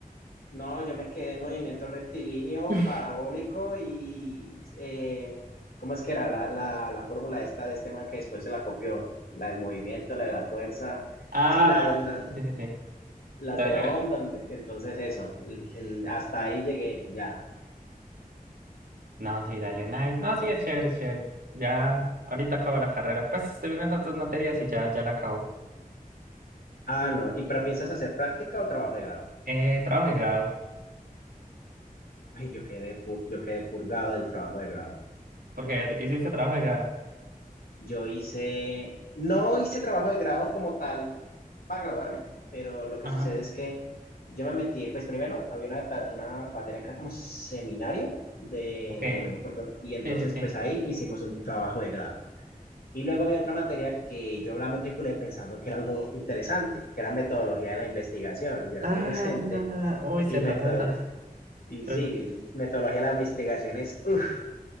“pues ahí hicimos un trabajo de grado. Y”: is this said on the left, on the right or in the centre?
Left